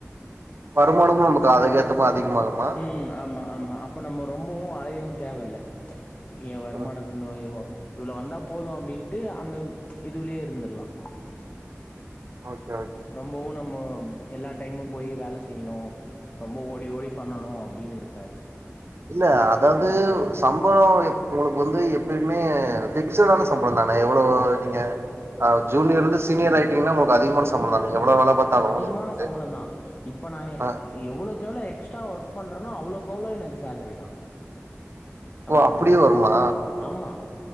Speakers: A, on the right (about 55°); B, on the left (about 25°).
A: வருமானமும் நமக்கு ஆதுக்கேத்தமாரி அதிக ம்மாகமா
B: ம் ஆமா அப்ப நம்ம ரொம்பவும் அழையவும் தேவ இல ஏ வருமானத்துனோயுவோ
A: ம்
B: இவ்வளவு வந்தா போதும் அப்டின்ட்டு அந்த இதுவுலயே இருந்திடலாம்
A: ஓகே ஓகே
B: ரொம்பவும் நம் ம எல்லா டைமும் போய் வேலை செய்யணும் ரொம்ப ஓடி ஓடி பண்ணணும் அப்டின்னு இருக்காது
A: இல்ல அதாவது சம்பளம் உங்களுக்கு வந்து எப்பயுமே ஃபிக்சடான சம்பளம் தானே எவ்வளவு நீங்கஹ் ஜூனியர்ல இருந்து சீனியர் ஆயிட்டீங்கன்னா உங்களுக்கு அதிகமான சம்பளம் தானே எவ்ளோ வேல பாத்தாலு
B: அதிகமான
A: உங்களுக்கு
B: சம்பளம் தான் இப் ப்ப நான்
A: ஆ
B: எவ்வளவுகவ்ளோ எக்ஸ்ட்ரா ஒர்க் பண்றேனோ அவ்ளோ அவ்ளவோ எனக்கு சேல்ரி தான் சம்பளம்
A: ஓ அப்டியே
B: தான்
A: வருமா
B: ஆமா